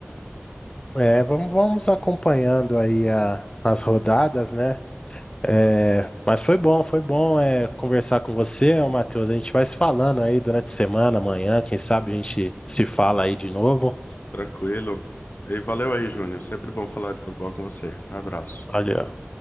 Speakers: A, on the left; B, on the left.
A: É, vamos, vamos acompanhando aí a, as rodadas, né? É, mas foi bom, foi bom é, conversar com você, ô Matheus. A gente vai se falando aí durante a semana, amanhã, quem sabe a gente se fala aí de novo.
B: Tranquilo. E valeu aí, Júnior. Sempre bom falar de futebol com você. Abraço.
A: Olha,